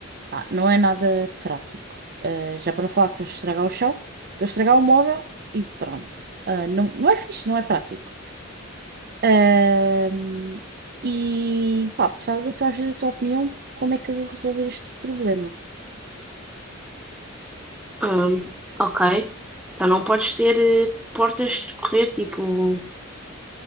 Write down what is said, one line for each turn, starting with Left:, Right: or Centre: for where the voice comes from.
Right: Pá, não é nada prático. Ah, já para não falar que estou a estragar o chão, estou a estragar o móvel e pronto. Ah, não, não é fixe, não é prático. Ahm, e pá, precisava da tua ajuda, da tua opinião, como é que eu vou resolver este problema?
Centre: Hum, ok. Então não podes ter eh, portas de correr, tipo